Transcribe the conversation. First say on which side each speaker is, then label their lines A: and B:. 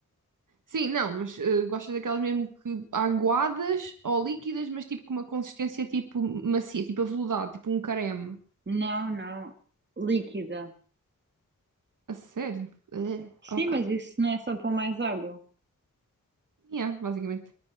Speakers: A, on the right; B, on the right.
A: Sim, não, mas eh, gostas daquelas mesmo que aguadas ou líquidas, mas tipo com uma consistência tipo macia, tipo aveludado, tipo um creme.
B: Não, não. Líquida.
A: A sério? Eh,
B: Sim,
A: ok.
B: mas isso não é só para mais água.
A: Yeah, basicamente.